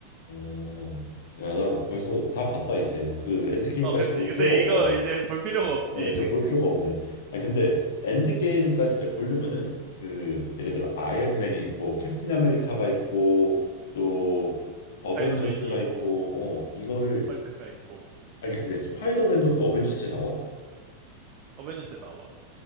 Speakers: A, on the left; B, on the right.
A: 어, 야, 나 벌써 다 봤다 이제. 그 엔드게임까지
B: 어, 그치.
A: 볼
B: 근데
A: 필요가 없다.
B: 이거 이제 <laughs> 볼 필요가 없지.
A: 나 이제 볼
B: <laughs>
A: 필요가 없네. 아니 근데 엔드게임까지 이제 보려면은 그 예를 들어 아이언맨이 있고 캡틴 아메리카가 있고 또 어벤져스가
B: 스파이더맨이 있고,
A: 있고 어 이거를
B: 헐크가 있고,
A: 아니 근데 스파이더맨도 그 어벤져스에 나와?
B: 어벤져스에 나와.